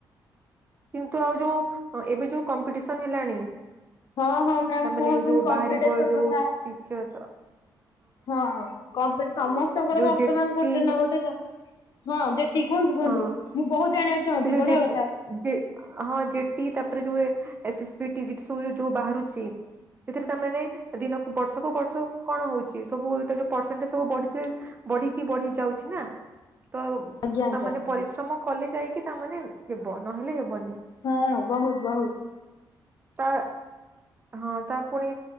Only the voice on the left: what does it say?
ହଁ ହଁ ମ୍ୟାମ୍
କୁହନ୍ତୁନି
କମ୍ପିଟିସନ
କଥା।
ହଁ ଆଉ କମ୍ପିଟି ସମସ୍ତଙ୍କର
ବର୍ତ୍ତମାନ
ଗୋଟେ ନା ଗୋଟେ ତ ହଁ ଯେଠି କୁହନ୍ତୁ କୁହନ୍ତୁ
ମୁଁ ବୋହୁତ ଜାଣିବାକୁ ଚାହୁଁଛି
ବଢିଆ
କଥା
ଆଜ୍ଞା ଆଜ୍ଞା
ହଁ ବୋହୁତ ବୋହୁତ।